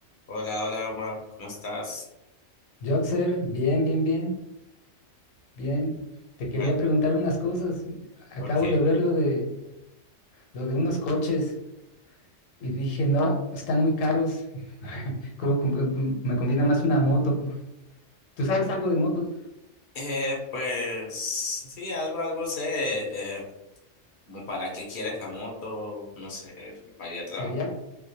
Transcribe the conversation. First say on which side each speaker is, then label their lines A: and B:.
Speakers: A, on the left (about 55°); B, on the left (about 80°).
A: Hola, hola Omar, ¿cómo estás?
B: Joxer, bien, bien, bien, bien. Te quería
A: Bueno,
B: preguntar unas cosas. Acabo
A: ok.
B: de ver lo de, lo de unos coches y dije, no, están muy caros. <laughs> Creo que mm, mm, me conviene más una moto. ¿Tú sabes algo de motos?
A: Eh, pues sí, algo, algo sé, eh, como para qué quieres la moto, no sé, para ir a trabajar.
B: Sería,